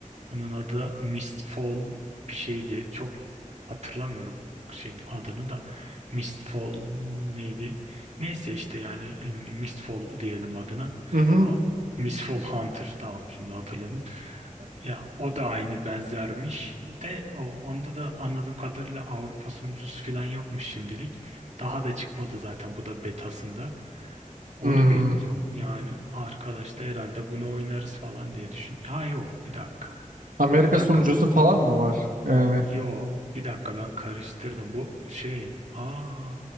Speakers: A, on the right (about 55°); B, on the right (about 80°).
A: Onun adı Mistfall bir şeydi. Çok hatırlamıyorum şeyin adını da. Mistfall neydi? Neyse işte yani e, Mistfall diyelim adına.
B: Hı hı.
A: O Mistfall Hunter tamam şimdi hatırladım. Ya o da aynı benzermiş de o, onda da anladığım kadarıyla Avrupa sonuncusu falan yokmuş şimdilik. Daha da çıkmadı zaten bu da betasında. Onu
B: Hmm.
A: bekliyorum. Yani arkadaş da herhalde bunu oynarız falan diye düşün. Ha yo bir dakika.
B: Amerika
A: Bir dakika
B: sunucusu
A: bu.
B: falan mı var? Yani.
A: Yo bir dakika ben karıştırdım. Bu şey. Aa